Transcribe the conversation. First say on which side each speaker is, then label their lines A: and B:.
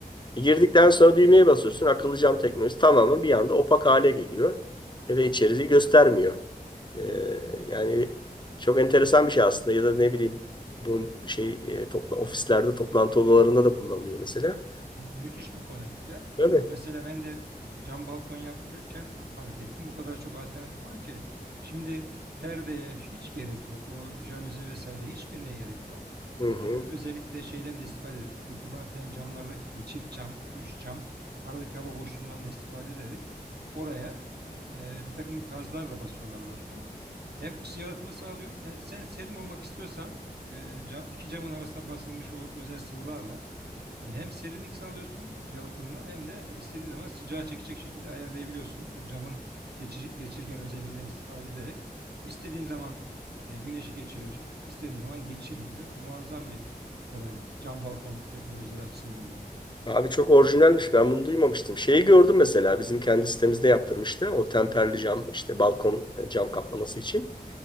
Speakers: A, on the left; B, on the right.
A: E, girdikten sonra düğmeye basıyorsun. Akıllı cam teknolojisi tamamen bir anda opak hale geliyor. E, ve içeriği göstermiyor. E, yani çok enteresan bir şey aslında ya da ne bileyim bunun şey e, topla, ofislerde toplantı odalarında da kullanılıyor mesela.
B: Müthiş bir kolaylık ya.
A: Tabii.
B: Çünkü mesela ben de cam balkon yaptırırken o fark ettim. O kadar çok alternatif var ki. Şimdi perdeye hiç gerek yok. O jaluzi vesaire hiçbirine gerek yok.
A: Hı hı.
B: Ee, özellikle şeyden de istifade edip bu pimapen camlardaki gibi çift cam, üç cam aradaki hava boşluğundan da istifade ederek oraya e, bir takım gazlar da basıyorlar dostum. Hem ısı yalıtımı sağlıyor. Yani sen serin olmak istiyorsan e, cam- iki camın arasına basılmış o özel sıvılarla e, Hem serinlik sağlıyorsun yalıtımla hem de istediğin zaman sıcağı çekecek şekilde ayarlayabiliyorsun. O camın geçici- geçirgen özelliğinden istifade ederek istediğin zaman e, güneşi geçiriyorsun, istediğin zaman geçirmiyor. Muazzam bir kolaylık cam balkon teknolojileri açısından da.
A: Abi çok orijinalmiş. Ben bunu duymamıştım. Şeyi gördüm mesela. Bizim kendi sitemizde yaptırmıştı. O temperli cam işte balkon e, cam kaplaması için.